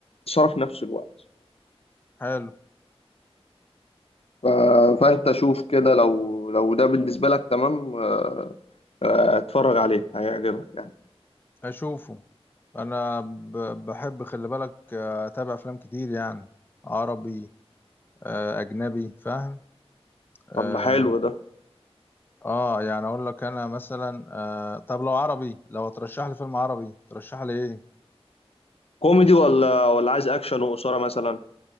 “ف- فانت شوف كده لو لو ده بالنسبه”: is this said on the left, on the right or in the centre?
Left